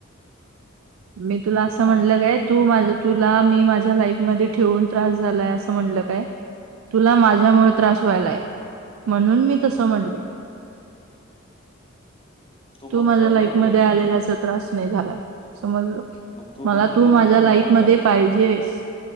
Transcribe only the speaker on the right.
मी तुला असं
म्हणलं. तू माझं तुला मी माझ्या लाईफ मध्ये ठेवून त्रास झालाय असं म्हणलं काय. तुला माझ्यामुळे त्रास व्हायलाय म्हणून मी तसं म्हणलो. तू
माझ्या
लाईफ
मध्ये आलेलाच त्रास नाही झालाय समजल.
मला
तू
माझ्या
लाईफ
मध्ये
पाहिजेस.